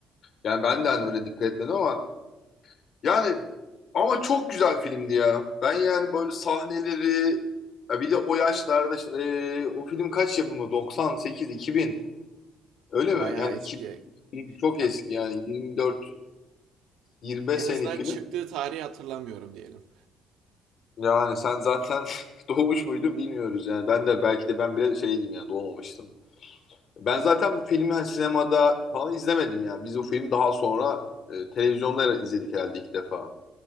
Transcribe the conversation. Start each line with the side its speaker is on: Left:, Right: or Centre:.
Left: Yani ben de hani öyle dikkat etmedim ama yani ama çok güzel filmdi ya. Ben yani böyle sahneleri ya bir de o yaşlarda işte, e, o film kaç yapımı? 98, 2000. Öyle mi?
Right: Bayağı
Left: Yani
Right: eski
Left: iki, çok
Right: Ya
Left: eski yani 24 25
Right: en
Left: senelik
Right: azından
Left: film.
Right: çıktığı tarihi hatırlamıyorum diyelim.
Left: Yani sen zaten <laughs> doğmuş muydun bilmiyoruz yani. Ben de belki de ben bile şeydim yani doğmamıştım. Ben zaten bu filmi hani sinemada falan izlemedim yani. Biz bu filmi daha sonra e, televizyonda izledik herhalde ilk defa.